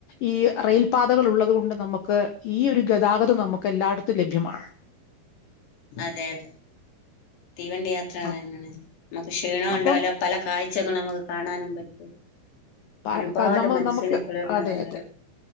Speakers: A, on the left (about 85°); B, on the left (about 65°).
A: ഈ റെയിൽ പാതകൾ ഉള്ളത് കൊണ്ട് നമുക്ക് ഈ ഒരു ഗതാഗതം നമുക്ക് എല്ലായിടത്തും ലഭ്യമാണ്
B: അതെ അതെ തീവണ്ടി യാത്രക
A: അ-
B: തന്നാണ് നമുക്ക് ക്ഷീണവും
A: അപ്പം
B: ഉണ്ടാവില്ല പല കാ <inaudible> നമുക്ക് കാണാനും പറ്റും
A: പ-
B: ഒരുപാട്
A: ക- നമ്മ
B: മനുഷ്യന്
A: നമുക്ക്
B: കുളിർമൽകുന്നൊരു
A: അതെ